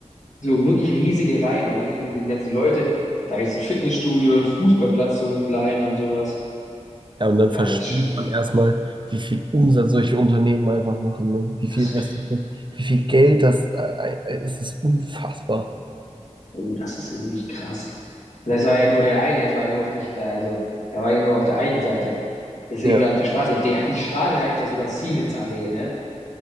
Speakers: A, on the left; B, on the right.
A: So wirklich riesige Reihen und dann sind die ganzen Leute, da gibt's ein Fitnessstudio, einen Fußballplatz, so einen kleinen und sowas.
B: Ja, und dann
A: Ja,
B: versteht
A: das ist schon,
B: man erstmal, wie viel Umsatz solche Unternehmen einfach machen, ne? Wie
A: das
B: viel,
A: ist
B: was,
A: crazy.
B: wie viel Geld das, äh, äh, es ist unfassbar.
A: Oh, das ist wirklich krass. Und das war ja nur der eine, es war ja nur auf dich, äh, also, er war ja nur auf der einen Seite. Das ist
B: Ja,
A: überall auf der Straße. Die, die Straße heißt ja sogar Siemensallee, ne?